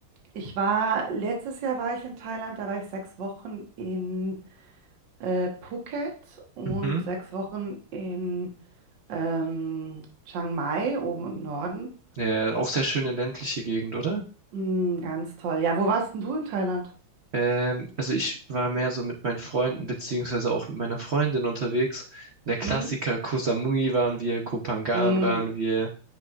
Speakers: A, on the right; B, on the right.
A: ich war, letztes Jahr war ich in Thailand, da war ich sechs Wochen in äh, Phuket und
B: mhm.
A: sechs Wochen in ähm, Chiang Mai, oben im Norden.
B: Ja, auch sehr schöne ländliche Gegend, oder?
A: Mm, ganz toll. Ja, wo warst denn du in Thailand?
B: Ähm, also ich war mehr so mit meinen Freunden beziehungsweise auch mit meiner Freundin unterwegs. Der Klassiker
A: Mhm.
B: Koh Samui waren wir, Koh Phangan
A: Mm,
B: waren wir,